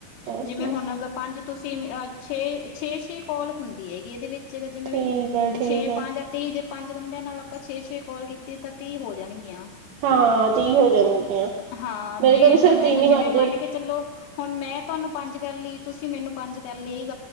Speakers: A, on the right; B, on the left.
A: ਬਸ
B: ਜਿਵੇਂ
A: ਬਸ
B: ਹੁਣ ਅਗਰ ਪੰਜ ਤੁਸੀਂ‌, ਅ ਛੇ, ਛੇ-ਛੇ ਕੋਲ ਹੁੰਦੀ ਹੈਗੀ ਐਦੇ ਵੇਚ। ਚਗੈ ਜਿਵੇਂ
A: ਠੀਕ
B: ਵੀ
A: ਹੈ ਠੀਕ
B: ਛੇ,
A: ਹੈ
B: ਪੰਜ ਤੀਹ ਜੇ ਪੰਜ ਬੰਦਿਆਂ ਨਾਲ ਆਪਾਂ ਛੇ-ਛੇ ਕਾਲ ਕੀਤੀ ਤਾਂ ਤੀਹ ਹੋ ਜਾਣਗੀਆਂ।
A: ਹਾਂ, ਤੀਹ ਹੋ ਜਾਣਗੀਆਂ।
B: ਹਾਂ
A: ਮੇਰੇ
B: ਤੀਹ
A: ਕੋਲ ਤਾਂ ਸਿਰਫ
B: ਹੁਣ
A: ਤਿੰਨ ਹੀ ਬਣ
B: ਜਿਵੇਂ
A: ਜਾਏ
B: ਮੰਨ ਕੇ ਚਲੋ ਹੁਣ ਮੈਂ ਤੁਹਾਨੂੰ ਪੰਜ ਕਰ ਲਈ, ਤੁਸੀਂ ਮੈਨੂੰ ਪੰਜ ਕਰ ਲਈ ਗ